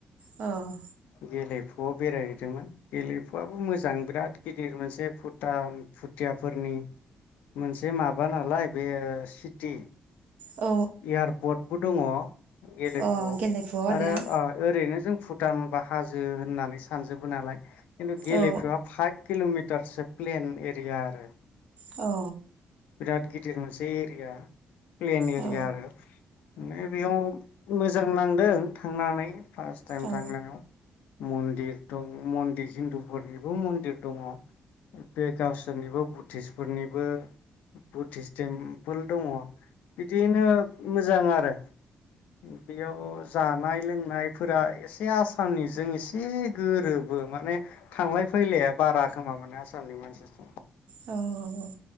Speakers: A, on the right; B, on the left.
A: औ
B: गेलेफुआव बेरायहैदोंमोन गेलेफुआबो मोजां बिराद गिदिर मोनसे भुटान भुथियाफोरनि मोनसे माबा नालाय बे सिटि।
A: औ
B: एयारपर्ट। बो दङ। गेलेफुआव
A: अ गेलेफुआव आरोना
B: आरो ओ ओरैनो जों। भुटान बा हाजो होननानै सानजोबो नालाय। खिन्थु गेलेफुा
A: औ
B: फाइभ किलमि टारसे प्लेन एरिया आरो।
A: औ।
B: बिराद गिदिर मोनसे एरिया। प्लेन एरिया
A: औ
B: आरो मने बेयाव मो जां नांदों थांनानै। फार्स्ट टाइम
A: औ
B: थांनायाव। मन्दिर दं मन्दिर हिन्दुफोरनिबो मन्दिर दङ। बे गावसोरनिबो बुद्धिस। फोरनिबो। बुदधिस टेम्पोल दङ। बिदियैनो मोजां आरो। <unintelligible> बियाव। जानाय लोंनायफोरा एसे आसामनिजों एसे गोरोबो माने। थांलाय फैलाया बारा। खोमा माने आसामनि मानसिजों।
A: औ।